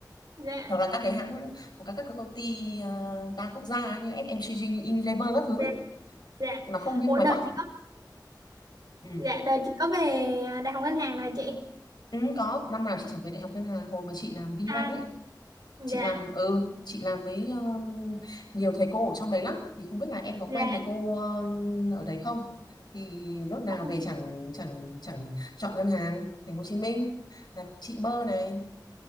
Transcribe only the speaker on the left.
hoặc là các cái hãng hoặc là các cái công ty ờ, đa quốc gia ấy, như FMCG như Unilever các thứ
ấy.
nó không như
ngoài
Bắc
Ừ.
ừ, có năm nào chị chẳng về đại học ngân hàng hồi mà chị làm VBank
ấy chị
làm ừ chị làm với ờ, nhiều thầy cô ở trong đấy lắm thì không biết là em có
quen thầy cô ờ, ở đấy không thì lúc nào
về chẳng chẳng chẳng chọn ngân hàng thành phố Hồ Chí Minh là chị mơ này